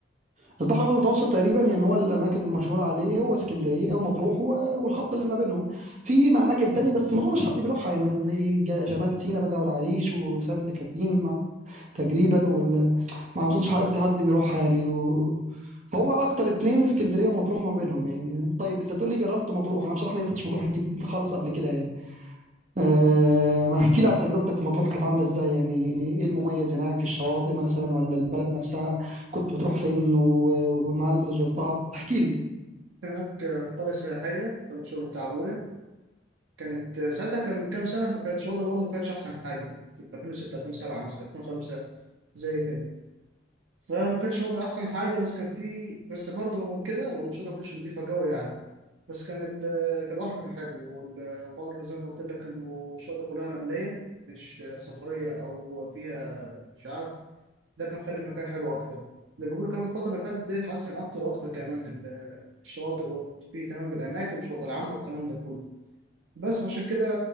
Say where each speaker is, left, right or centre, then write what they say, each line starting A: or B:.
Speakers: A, on the right; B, on the right.
A: في البحر الابيض المتوسط تقريبا يعني هو الاماكن المشهوره عليه هو اسكندريه ومطروح و- والخط اللي ما بينهم في م- اماكن تانية بس ما اظنش حد بيروحها يعني مثلا زي جا- شمال سيناء بقى والعريش وسانت كاترين مع- تقريبا وال... ما اظنش حد حد بيروحها يعني و... فهو اكتر اتنين اسكندريه ومطروح ما بينهم يعني طيب انت بتقول لي جربت مطروح انا بصراحه ما جربتش مطروح جد خالص قبل كده يعني أه ما احكي لي عن تجربتك في مطروح كانت عامله ازاي يعني ايه المميز هناك الشواطئ مثلا ولا البلد نفسها كنت بتروح فين و- والمعالم اللي زرتها احكي لي
B: هناك في قرية سياحية تبع الشغل بتاع أبويا كانت ساعتها كان من كام سنة فكانت الوضع برضه ما كانتش أحسن حاجة في 2006 2007 مثلا 2005 زي كده فما كانش وضع أحسن حاجة بس كان في بس برضه رغم كده رغم الشغل ما كانتش نضيفة قوي يعني بس كان ال كان البحر كان حلو والقار زي ما قلت لك إنه الشاطئ كلها رملية مش صخرية أو فيها شعاب ده كان خلي المكان حلو أكتر ده بيقولوا كمان الفترة اللي فاتت دي اتحسن أكتر وأكتر كمان ال- الشواطئ وفيه تمام بالأماكن والشواطئ العامة والكلام ده كله بس عشان كده